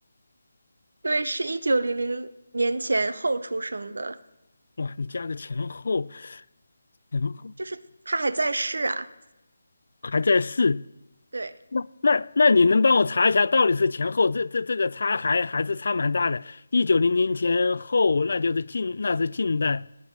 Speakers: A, on the right; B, on the left.
A: 对，是一九零零年前后出生的，
B: 哇，你加个前后，前后
A: 就是他还在世啊。
B: 还在世。
A: 对，
B: 那那那你能帮我查一下，到底是前后这这这个差还还是差蛮大的。一九零零前后，那就是近那是近代，